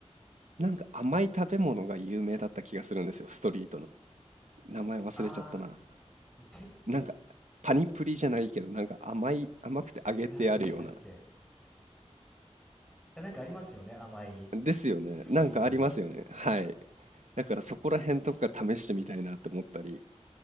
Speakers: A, on the right (about 75°); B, in the centre.
A: なんか甘い食べ物が有名だった気がするんですよ、ストリートの。名前忘れちゃったな。
B: あー、け、
A: なんか、パニプリじゃないけど、なんか甘い、甘くて揚げてあるような
B: 何でしたっけいやなんかありますよね、甘い
A: ですよね。
B: ストリートに。
A: なんかありますよね。はい。だからそこら辺とか試してみたいなって思ったり、